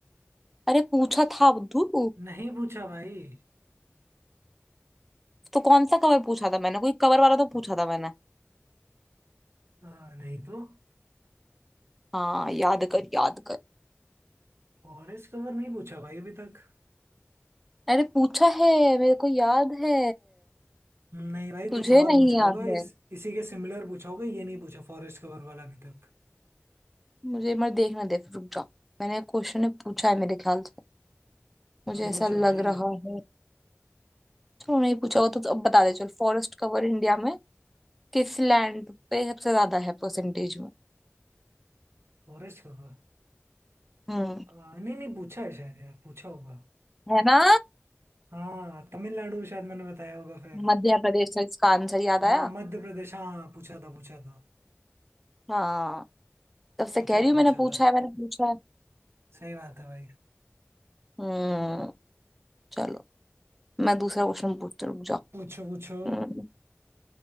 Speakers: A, in the centre; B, on the right.
A: अरे पूछा था बुद्धू
B: नहीं पूछा भाई
A: तो कौन सा कवर पूछा था मैंने कोई कवर वाला तो पूछा था मैंने
B: हाँ नहीं तो
A: हाँ याद कर याद कर
B: फॉरेस्ट कवर नहीं पूछा भाई अभी तक
A: अरे पूछा है मेरे को याद है
B: नहीं भाई
A: तुझे
B: कुछ और
A: नहीं
B: पूछा
A: याद
B: होगा
A: है
B: इस इसी के सिमिलर पूछा होगा ये नहीं पूछा फॉरेस्ट कवर वाला अभी तक
A: मुझे मत देखना दे रुक जा मैंने क्वेश्चन पूछा है मेरे ख्याल से मुझे
B: नहीं
A: ऐसा
B: पूछा
A: लग
B: भाई
A: रहा है चलो नहीं पूछा होगा तो अब बता दे चल फॉरेस्ट कवर इंडिया में किस लैंड पे सबसे ज्यादा है परसेंटेज में
B: Forest cover
A: हम्म
B: नहीं नहीं पूछा है शायद यार पूछा होगा
A: है ना
B: हाँ तमिलनाडु शायद मैंने बताया होगा फिर
A: मध्य प्रदेश था इसका आंसर याद
B: हाँ
A: आया
B: मध्य प्रदेश हाँ हाँ, पूछा था पूछा था
A: हाँ तब से
B: पूछा
A: कह रही
B: था
A: हूँ मैंने
B: पूछा
A: पूछा
B: था
A: है मैंने पूछा है
B: सही बात है भाई
A: हम्म चलो मैं दूसरा क्वेश्चन पूछती हूँ, रुक जाओ
B: पूछो पूछो
A: हम्म,